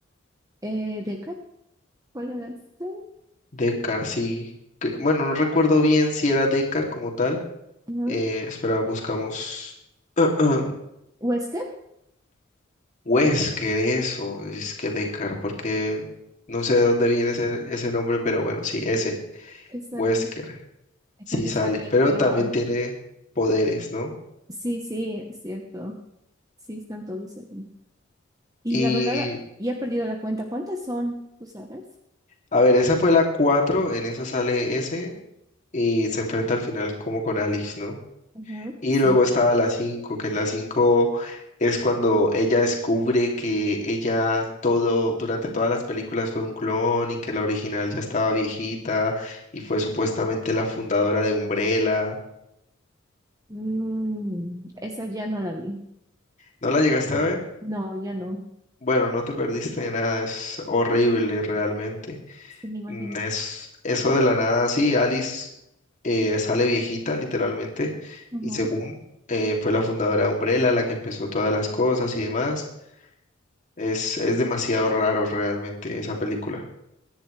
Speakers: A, on the right (about 20°); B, on the left (about 40°).
A: Eh, ¿Deckard? ¿Cuál era este?
B: Decar, sí. que- Bueno, no recuerdo bien si era Decar como tal.
A: ¿No?
B: Eh, espera, buscamos. <clears throat>
A: ¿Wesker?
B: Wesker, eso, es que Decar, porque no sé de dónde viene ese, ese nombre, pero bueno, sí, ese,
A: Es
B: Wesker,
A: alguien, Deckard
B: sí
A: es
B: sale,
A: alguien,
B: pero
A: pero
B: también
A: ahorita
B: tiene poderes, ¿no?
A: Sí, sí, es cierto. Sí, están todos ahí. Y
B: Y,
A: la verdad, ya he perdido la cuenta. ¿Cuántas son? ¿Tú sabes?
B: a ver, esa fue la cuatro en esa sale ese y se enfrenta al final como con Alice, ¿no?
A: Ajá,
B: Y
A: sí.
B: luego está la cinco que en la 5 es cuando ella descubre que ella todo, durante todas las películas fue un clon y que la original ya estaba viejita y fue supuestamente la fundadora de Umbrella.
A: Mm, esa ya no la vi.
B: ¿No la llegaste a ver?
A: No, ya no.
B: Bueno, no te perdiste de nada, es horrible realmente.
A: Sí, me imagino.
B: Mm, Es eso de la nada, sí, Alice eh, sale viejita literalmente
A: Ujú.
B: y según eh, fue la fundadora de Umbrella la que empezó todas las cosas y demás Es, es demasiado raro realmente esa película.